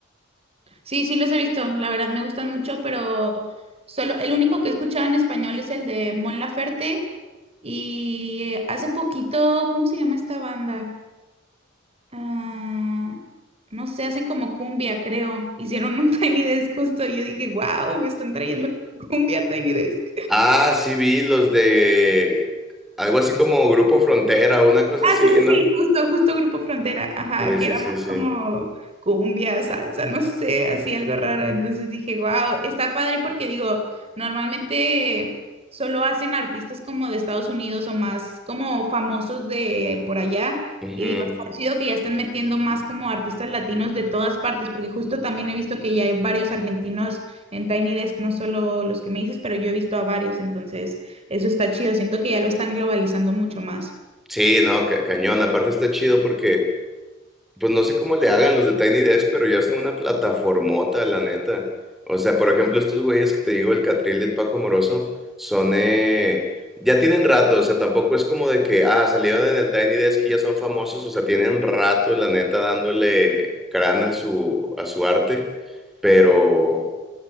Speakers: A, on the right; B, in the centre.
A: Sí, sí los he visto. La verdad me gustan mucho, pero solo el único que he escuchado en español es el de Mon Laferte y hace poquito, ¿cómo se llama esta banda? Ah, no sé, hacen como cumbia, creo. Hicieron un <laughs> Tiny Desk justo y yo dije, wow, están trayendo cumbia a Tiny Desk.
B: Ah, sí vi los de algo así como Grupo Frontera, una cosa
A: Ah,
B: así,
A: sí, sí,
B: ¿no?
A: sí, justo, justo Grupo Frontera, ajá,
B: Sí,
A: que
B: sí,
A: era
B: sí,
A: más
B: sí.
A: como cumbia, salsa, no sé, así algo raro. Entonces dije, wow, está padre porque digo, normalmente solo hacen artistas como de Estados Unidos o más como famosos de por allá.
B: Ujú.
A: Y digo, está chido que ya estén metiendo más como artistas latinos de todas partes, porque justo también he visto que ya hay varios argentinos en Tiny Desk, no solo los que me dices, pero yo he visto a varios, entonces eso está chido, siento que ya lo están globalizando mucho más.
B: Sí, no, ca- cañón. Aparte está chido porque Pues no sé cómo le hagan los de Tiny Desk, pero ya son una plataformota, la neta. O sea, por ejemplo, estos güeyes que te digo, el Catril y el Paco Moroso, son, eh, ya tienen rato, o sea, tampoco es como de que, ah, salieron en el Tiny Desk y ya son famosos, o sea, tienen rato, la neta, dándole crán a su, a su arte, pero